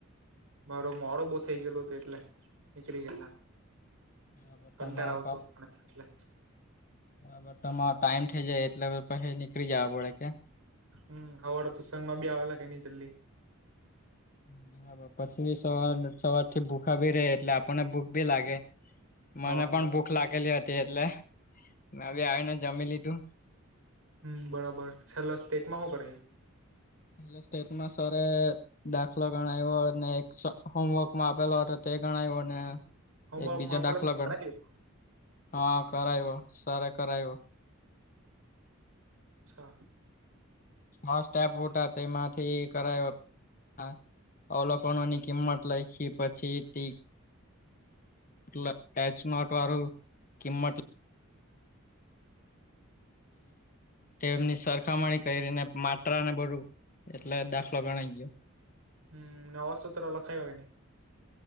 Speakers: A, on the right; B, on the left.
A: મારો મોડો બહુ થઇ ગયેલો હતો એટલે નીકળી ગયેલા.
B: બરાબર
A: કંટાર
B: તમાર
A: આવતો મને એટલે.
B: બરાબર તમારો ટાઈમ થઇ જાય એટલે પછી નીકળી જવા પડે કે
A: હમ્મ હવારે ટુશનમાં બી આવે <unintelligible> ની જલ્દી
B: બરાબર પછી સર સવારથી ભૂખા બેહી રે એટલે આપણને ભૂખ બી લાગે. મને
A: હા
B: પણ ભૂખ લાગેલી હતી એટલે મેં બી આવીને જમી લીધું.
A: હમ્મ બરાબર છેલ્લો સ્ટેટમાં હું કરાયું.
B: છેલ્લે સ્ટેટમાં સરે દાખલો ગણાયો ને એક હોમવર્કમાં આપેલો હતો તે ગણાયો અને
A: હોમવર્કમાં
B: એકબીજા
A: આપેલા
B: દાખલોગણ
A: કરાયું
B: હા કરાયવો સરે કરાયો.
A: અચ્છા.
B: હા સ્ટેપ વોટા તેમાંથી કરાયો. હા અવલોકનો ની કિંમત લઈખી પછી <unintelligible> નોટવાર કિમત તેમની સરખામણી કરીને માત્રા ને બધું એટલે દાખલો ગણાઈ ગ્યો.
A: હમ્મ નવા સુત્ર લખાઈવા એને.